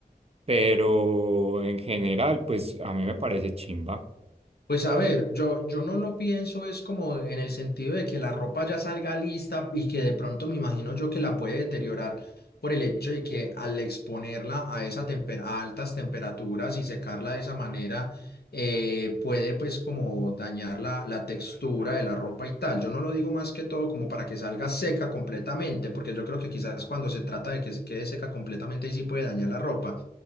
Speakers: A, on the right; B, on the left.
A: pero en general, pues a mí me parece chimba.
B: Pues a ver, yo, yo no lo pienso, es como en el sentido de que la ropa ya salga lista y que de pronto me imagino yo que la puede deteriorar por el hecho de que al exponerla a, esa temper- a altas temperaturas y secarla de esa manera, eh, puede pues como dañar la, la textura de la ropa y tal. Yo no lo digo más que todo como para que salga seca completamente, porque yo creo que quizás cuando se trata de que se quede seca completamente, ahí sí puede dañar la ropa